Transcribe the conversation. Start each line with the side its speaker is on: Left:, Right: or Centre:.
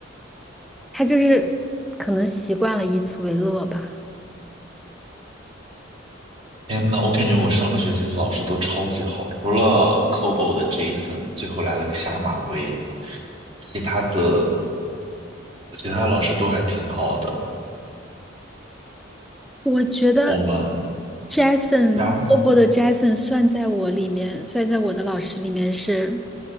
Centre: 他就是可能习惯了以此为乐吧。
Right: 天呐，我感觉我上个学期的老师都超级好的，除了 COBOL 的 Jason，最后来了个下马威，其他的。其他老师都还挺好的。
Centre: 我觉得
Right: 我们，
Centre: Jason
Right: 然后
Centre: Obo 的 Jason 算在我里面，算在我的老师里面是